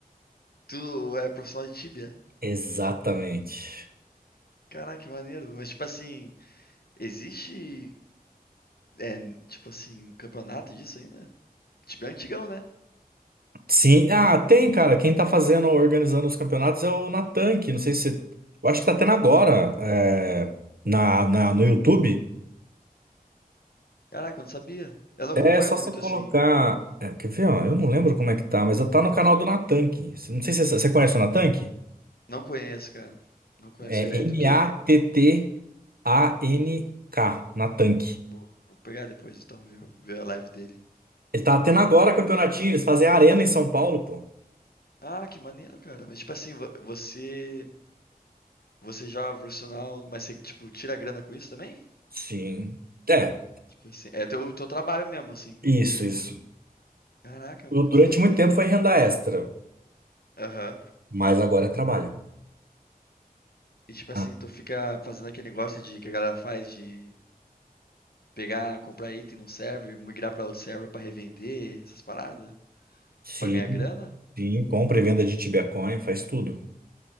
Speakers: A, on the left; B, on the right.
A: Tu é profissional de Tibia?
B: Exatamente.
A: Caraca, que maneiro. Mas, tipo assim, existe, é, tipo assim, campeonato disso ainda? Tibia é antigão, né?
B: Sim, ah, tem, cara. Quem tá fazendo, organizando os campeonatos é o Natan, que não sei se. Eu acho que tá tendo agora, é, na, na, no YouTube.
A: Caraca, eu não sabia. Eu não
B: É
A: acompanho
B: só
A: muito,
B: você colocar.
A: assim.
B: é, quer ver, ó? Eu não lembro como é que tá, mas eu tá no canal do Natank. Você- Não sei se você você conhece o Natank.
A: Não conheço, cara. Não conheço
B: É
A: ele. É
B: N-A-T-T-A-N-K,
A: do quê?
B: Natank.
A: Pô, vou pegar depois, então, ver, ver a live dele.
B: Ele tá tendo agora campeonatinho, eles fazem arena em São Paulo, pô.
A: Ah, que maneiro, cara. Mas, tipo assim, vo- você Você joga profissional, mas você, tipo, tira grana com isso também?
B: Sim. É,
A: Tipo assim, é teu, teu trabalho mesmo, assim.
B: isso, isso.
A: Caraca,
B: Eu,
A: mano,
B: durante
A: que doideira.
B: muito tempo foi renda extra,
A: Aham.
B: mas agora é trabalho.
A: E tipo
B: Ah,
A: assim, tu fica fazendo aquele negócio de que a galera faz de pegar, comprar item num server, migrar pra outro server pra revender, essas paradas,
B: sim,
A: pra ganhar grana.
B: sim. Compra e venda de Tibiacoin, faz tudo.